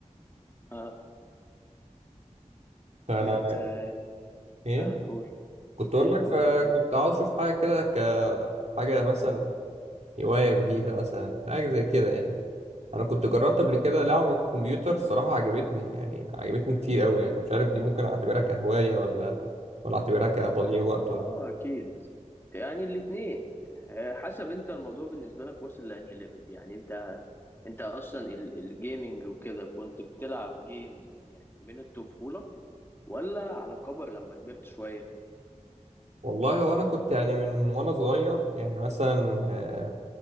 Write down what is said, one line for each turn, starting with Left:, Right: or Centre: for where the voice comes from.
Left: اه
Right: فأنا
Left: بت اه
Right: إيه
Left: آه، قول
Right: كنت أقول
Left: قول
Right: لك
Left: قول
Right: فكنت
Left: اه كمل
Right: عاوز أشوف حاجة كده كحاجة مثلا هواية جديدة مثلا حاجة زي كده يعني أنا كنت جربت قبل كده لعبة كمبيوتر صراحة عجبتني يعني عجبتني كتير قوي يعني مش عارف دي ممكن أعتبرها كهواية ولا ولا أعتبرها كتضييع وقت
Left: اه
Right: ولا
Left: اكيد يعني الاثنين حسب انت الموضوع بالنسبه لك واصل لانهي ليفل يعني انت انت اصلا ال- الجيمنج وكده كنت بتلعب جيمز يعني من الطفوله ولا على كبر لما كبرت شويه
Right: والله وانا كنت يعني من وانا صغير يعني مثلا آه،